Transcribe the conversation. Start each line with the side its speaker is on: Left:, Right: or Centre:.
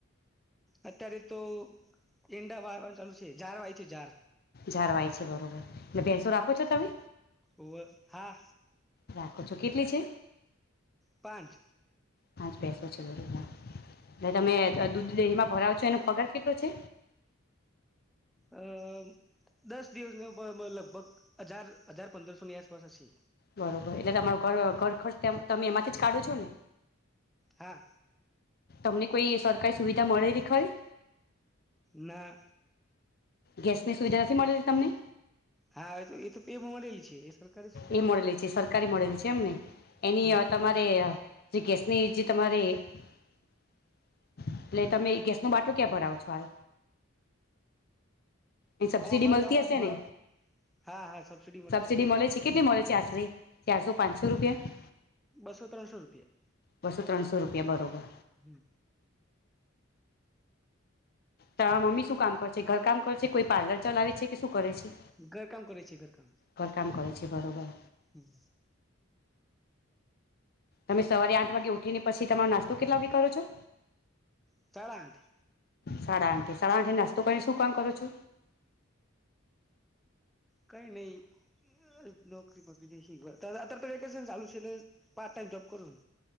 Centre: અત્યારે તો ઈંડા વાવવાનું ચાલુ છે ઝાર વાય છે ઝાર
Left: જાર વાય છે બરોબર, એટલે ભેસો રાખો છો તમે?
Centre: ઓવે હા
Left: રાખો છો, કેટલી છે?
Centre: પાંચ.
Left: પાંચ ભેસો છે બરોબર, ને તમે દૂધ દેહીમાં ભરાવો છો એનો પગાર કેટલો છે?
Centre: અ દસ દિવસ લગભગ હજાર હજાર પંદરસોની આસપાસ હશે.
Left: બરોબર, એટલે તમારો ઘર ઘર ખર્ચ તમે એમાંથી જ કાઢો છો ને?
Centre: હા.
Left: તમને કોઈ સરકારી સુવિધા મળેલી ખરી?
Centre: ના.
Left: ગેસની સુવિધા નથી મળેલી તમને?
Centre: હા એ તો એ તો એમાં મળેલી છે. સરકારી છે.
Left: એ મળેલી છે સરકારી મળેલી છે એમને એની
Centre: હમ
Left: તમારે જે ગેસ ની જે તમારે એટલે તમે ગેસ ન બાટલો ક્યાં ભરાવો છો હાલ? એ સબસિડી
Centre: હ અમારા
Left: મળતી
Centre: ગામ માંથી
Left: હશે
Centre: ભરવા
Left: ને
Centre: હા હા સબસીડી મલે
Left: સબસિડી
Centre: છે.
Left: મળે કેટલી મળે આશરે ચારસો પાંચસો રૂપિયા
Centre: બસો-ત્રણસો રૂપિયા
Left: બસો ત્રણસો રૂપિયા બરોબર
Centre: હમ.
Left: તમા મમ્મી શું કામ કર છે? ઘર કામ કરે છે? કોઈ પાર્લર ચલાવે છે? કે શું કરે છે
Centre: ઘર કામ કરે છે ઘર કામ
Left: ઘરકામ કરે છે બરોબર
Centre: હમ.
Left: તમે સવારે આઠ વાગે ઉઠીને પછી તમારો નાસ્તો કેટલા વાગે કરો છો?
Centre: સડા આઠે.
Left: સાડા આઠે, સાડા આઠે નાસ્તો કરી શું કામ કરો છો?
Centre: કઈ નહી અહ નોકરી પછી જઈશું ઘર. તા અત્યારેતો વેકેશન ચાલુ છે પાર્ટ ટાઈમ જોબ કરુ હુ.